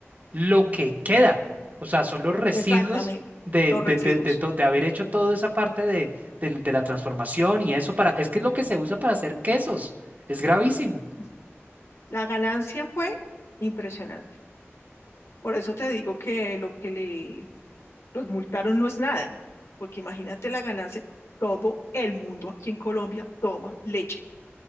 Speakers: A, on the right; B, on the left.
A: lo que queda, o sea, son los residuos
B: exactamente,
A: de,
B: los residuos.
A: de, de, de to- de haber hecho toda esa parte de, del- de la transformación y eso para, es que es lo que se usa para hacer quesos, es gravísimo.
B: Es- La ganancia fue impresionante. Por eso te digo que lo que le los multaron no es nada, porque imagínate la ganancia. Todo el mundo aquí en Colombia toma leche.